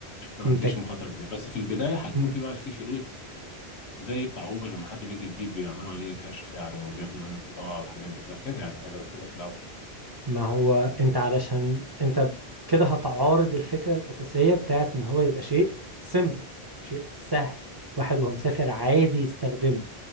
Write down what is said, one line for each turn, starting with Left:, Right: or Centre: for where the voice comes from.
Left: فما
Right: انت
Left: فيش مخاطره كبيره بس في البدايه هتكون
Right: م.
Left: في بقى في شروط زي بتاع اوبر لما حد بيجي جديد بيعملوا عليه كشف يعني وبياخدوا منه البطاقه والحاجات دي كلها كده يعني هيبقى كده في الاول
Right: ما هو انت علشان انت كده هتعارض الفكرة الأساسية بتاعت ان هو يبقى شيء سيمبل شيء سهل واحد وهو مسافر عادي يستخدمه